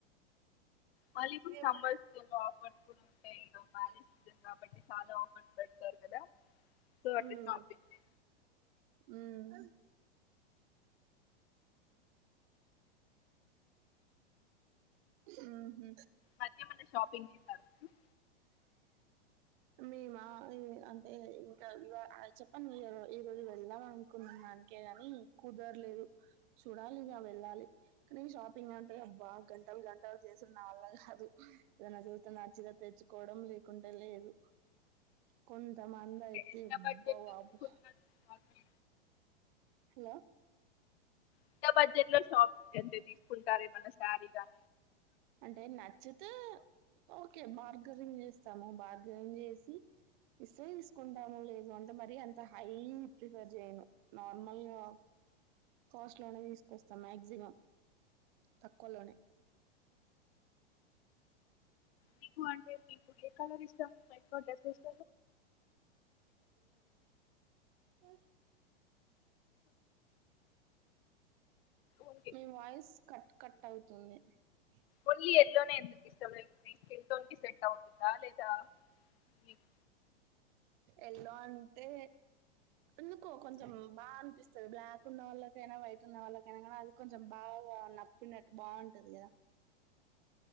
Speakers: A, on the left (about 60°); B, on the right (about 45°).
A: మళ్ళీ కూడా
B: ఏం-
A: స్తంభాలెస్తున్నరు ఆఫ్ ఆఫర్స్ కూడుంటాయి బాలేవు డిజైన్స్ కాబట్టి చాలా ఆఫర్స్ పెడతారు కదా సో అట్లా
B: ఉమ్
A: షాపింగ్ చే
B: ఉమ్ ఉహుమ్
A: మద్యేమన్న షాపింగ్ చేసారు ఉ
B: మేమా అ అంటే ఇంకా ఈ అ చెప్పం ఈ రోజు వెళ్ళాలనుకున్నానికే ని కుదరలేదు చూడాలి ఇక వెళ్ళాలి కానీ షాపింగ్ అంటే అబ్బా గంటలు గంటలు చేసుడు నా వల్ల కా దు ఏదన్న నచ్చితె తెచ్చుకోవడం లేకుంటే లేదు కొన్ ఇంత మందయితే
A: మీరు ఎంత
B: అబ్బ
A: బడ్జెట్ లో
B: వాపు
A: తీసుకుంటారు నార్మల్
B: హలో
A: ఇంత బడ్జెట్ లో షాప్ ఎంత తీసుకుంటారే మన శారికి ఆ
B: అంటే నచ్చితే ఓకే బార్గరింగ్ జేస్తాము బార్గరింగ్ చేసి ఇస్తే తీసుకుంటాము లేదు అంటే మరి అంత హైప్రిపేర్ చేయను నార్మల్ గా కాస్ట్ లోనే తీసుకొస్తాం మాక్సిమం తక్కువలోనే
A: నీకు అంటే మీకు ఏ కలర్ ఇష్టం వైట్ ఫ్రాక్ డ్రెస్
B: అ
A: ఓన్లీ
B: మీ వాయిస్ కట్ కట్ అవుతుంది ఇహి
A: ఓన్లీ ఎల్లోనే ఎందుకు ఇష్టం లేదు మీస్కిల్ టోన్ కి సెట్ అవుతుందా లేదా మీకు
B: ఎల్ల అంటే ఎందుకో కొంచెం బానిపిస్తది బ్లాక్ ఉన్న వాళ్ళకైన వైట్ ఉన్న వాళ్ళకైన కూడ అది కొంచెం బాగా నప్పినట్టు బాగుంటది గదా